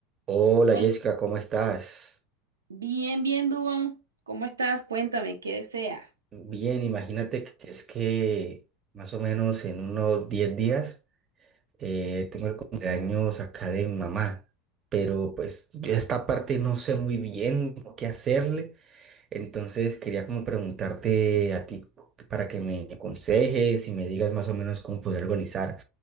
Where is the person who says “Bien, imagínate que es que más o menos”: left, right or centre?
Right